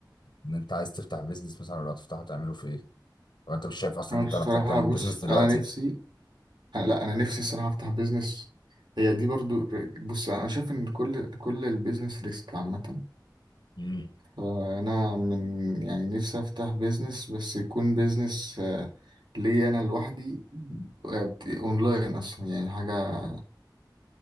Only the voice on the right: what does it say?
انا
بصراحه
بص
انا
نفسي أنا لا انا نفسي الصراحه افتح بيزنس هي دي برضو بص انا شايف ان كل كل البيزنس ريسك عامه
فأنا من يعني نفسي أفتح بيزنس بس يكون بيزنس لي أنا لوحدي آه، بت- أونلاين أصلا يعني حاجة